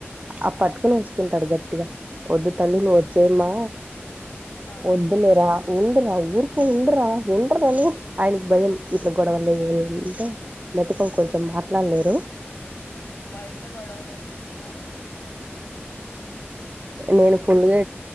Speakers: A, on the right (about 35°); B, on the left (about 55°).
A: అప్పట్ ప్పుస్తుకుంటాడు గట్టిగా వద్దు తల్లి నువ్వచ్చేమ్మా
B: ఆ
A: వద్దులే రా ఉండురావు ఊరుకో ఉండ్రా ఉండ్రని ఆయన భయం ఇట్లే గొడవలే ఉంటే మెతకం కొంచెం మాట్లాలేరు
B: బయట గోడవలయితే ఇంగా భయం నాకు
A: నేను
B: హ్మ్.
A: ఫుల్గా